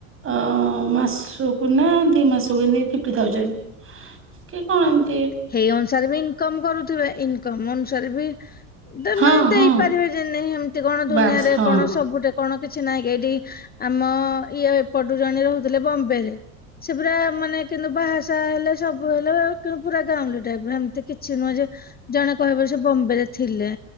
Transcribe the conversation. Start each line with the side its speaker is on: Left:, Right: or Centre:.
Right: ଅଁ ମାସକୁନା ଦିଇ ମାସକୁ ଏମିତି ଫିଫିଟ୍ ଥାଉଜେଣ୍ଟ। କି କଣ ଏମି
Left: ସେଇ ଅନୁସାରେବି ଇନକମ୍ କରୁଥିବେ ଇନକମ୍ ସିରେବି
Right: ହଁ
Left: ମାନେ ଦେଇପାରିବେ
Right: ହଁ
Left: ଯେମିତି ହେମିତି କଣ ଦୁନିଆରେ
Right: ବାସ୍ ହଁ
Left: କଣ ସବୁ ଟେ କଣ କିଛି ନାଇଁକି ଏଇଠି ଆମ ଇଏ ଏପଟୁ ଜଣେ ରହୁଥିଲେ ବମ୍ବେରେ ସେ ପୁରା ମାନେ କିନ୍ତୁ ବାହାସାହା ହେଲେ ସବୁ ହେଲେ ପୁରା ଗାଉଁଲି ଟାଇପର ହେମିତି କିଛି ନୁହଁଯେ ଜଣେ କହିବେ ସେବମ୍ବେରେ ଥିଲେ